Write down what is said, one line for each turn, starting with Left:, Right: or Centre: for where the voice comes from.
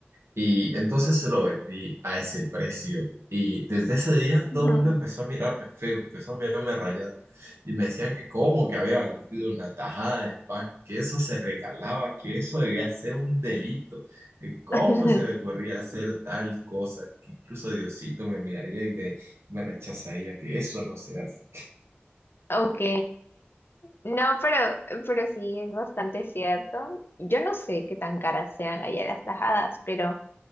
Right: Y entonces se lo vendí a ese precio. Y desde ese día
Left: Ujú.
Right: todo el mundo empezó a mirarme feo, empezó a mirarme rayado. Y me decían que cómo, que había vendido una tajada de pan, que eso se regalaba, que eso debía ser un delito, que cómo
Left: <laughs>
Right: se me ocurría hacer tal cosa, que incluso Diosito me miraría y me, me rechazaría, que eso no se hace.
Left: Ok. No, pero, pero sí, es bastante cierto. Yo no sé qué tan caras sean allá las tajadas, pero,